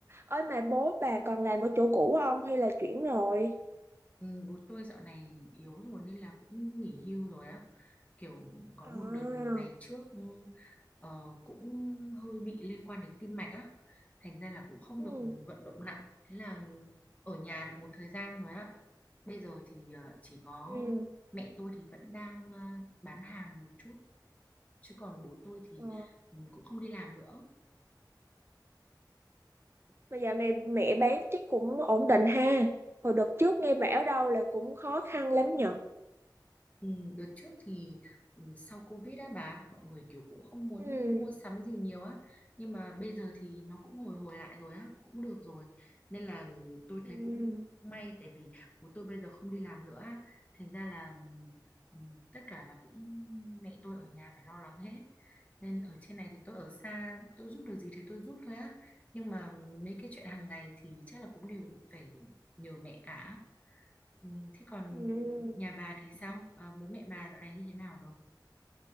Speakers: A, on the right (about 30°); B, on the left (about 20°).
A: Ơi mà bố bà còn làm ở chỗ cũ không hay là chuyển rồi?
B: Ừ, bố tôi dạo này yếu rồi nên là cũng nghỉ hưu rồi á. Kiểu có
A: À.
B: một đợt ngày trước ừ, ờ, cũng hơi bị liên quan đến tim mạch á. Thành ra là cũng không
A: Ừ.
B: được vận động nặng. Thế là ở nhà được một thời gian rồi á. Bây giờ thì ờ, chỉ có
A: Ừ.
B: mẹ tôi thì vẫn đang ờ, bán hàng một chút. Chứ còn bố tôi thì
A: Ờ.
B: ừ, cũng không đi làm nữa.
A: Mà dạo này mẹ bán chắc cũng ổn định ha. Hồi đợt trước nghe bảo đâu là cũng khó khăn lắm nhở.
B: Ừ, đợt trước thì ừ, sau Covid á bà mọi người kiểu cũng không muốn
A: Ừ.
B: mua sắm gì nhiều á nhưng mà bây giờ thì nó cũng hồi hồi lại rồi á cũng được rồi nên là ừ, tôi
A: Ừ.
B: thấy cũng may tại vì bố tôi bây giờ không đi làm nữa á thành ra là ừ, ừ, tất cả là cũng mẹ tôi ở nhà phải lo lắng hết nên ở trên này thì tôi ở xa tôi giúp được gì thì tôi giúp thôi á nhưng mà mấy cái chuyện hàng ngày thì chắc là cũng đều phải nhờ mẹ cả Ừ, thế còn
A: Ừ.
B: nhà bà thì sao? Ờ, bố mẹ bà dạo này như thế nào rồi?